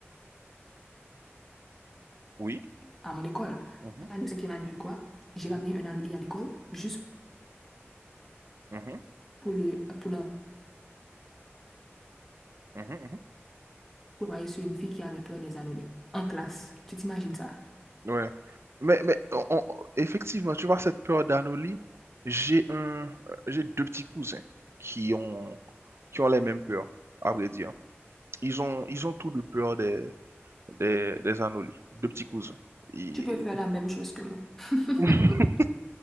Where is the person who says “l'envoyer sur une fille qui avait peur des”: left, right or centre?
Centre